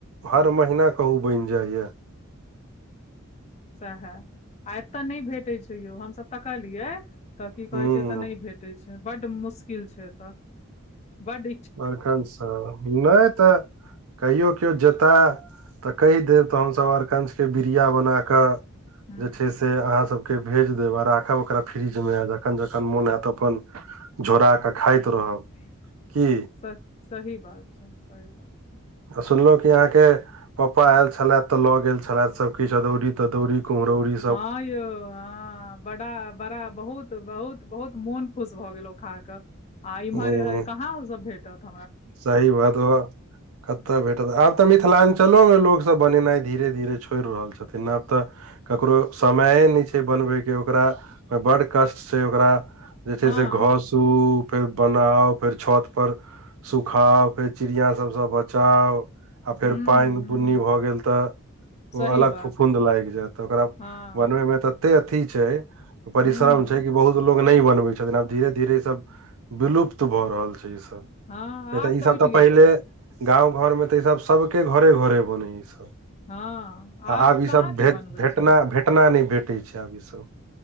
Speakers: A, on the right; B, on the left.
A: हर महीना कहू बैन जाए
B: सएहे एतय नहि भेटैत छै यौ हमसभ तकलियै तऽ की कहे
A: हूँ
B: छै एतऽ नहि भेट छै बड मुशकिल छै एतय <inaudible> बड
A: अखन सऽ नहि तऽ कहियओ केओ जेताह तऽ कहि देब तऽ हमसभ अरकंचन केँ बिरिया बना कऽ
B: हूँ
A: जे छै से अहाँसभ केँ केँ भेज देब आ राखब ओकरा फ्रिजमे जखन जखन मोन होयत अपन झोरा कऽ खाइत रहब
B: <inaudible>
A: की
B: स सही बात छै सही बात छै
A: सुनलौ कि अहाँ केँ पाप्पा ऐल छलैथ तऽ लऽ गेल छलैथ सब किछ अदौरी तदौरी कुमहरौरी
B: हँ यौ हँ बड़ा बड़ा बहुत बहुत बहुत मोन खुश भऽ गेलैं ओ खाकऽ आ इमहर
A: हूँ
B: कहाँ उऽ सब भेटथ
A: <inaudible> सही बात ओ कतय भेटत आब तऽ मिथिलांचल मऽ लोकसभ बनेनाइ धीरे धीरे छोड़ि रहल छथिन आब तऽ ककरो समय नहि छै बनबय केँ ओकरा बड कष्टसँ ओकरा <unintelligible>
B: हँ
A: घासू फेर बनाउ फेर छत पर सुखाउ फेर चिड़िया सभसँ बचाउ आ फेर
B: हूँ
A: पाइन
B: हूँ
A: बुन्नी भऽ गेल तऽ
B: सही
A: ओ अलग
B: बात
A: फुफुंद लागि जाय त ओकरा
B: हँ
A: बनवे मे तते अथी छै परिश्रम
B: हूँ
A: छै कि या कि बहुत लोग नहि बनबै छथिन आब धीरे धीरे ई सब विलुप्त भऽ रहल छै ई सब
B: हँ
A: नहि तऽ
B: आब
A: ई सब
B: उठि
A: तऽ
B: गेलै
A: पहिले गाँव घर मे तऽ ई सब सबके घरे घरे बने ई सब
B: हँ
A: आ आब
B: कहाँ
A: ईसभ
B: केओ
A: भेट
B: बनबै
A: भेटना
B: छै
A: भेटना नहि भेटै छै आब ईसभ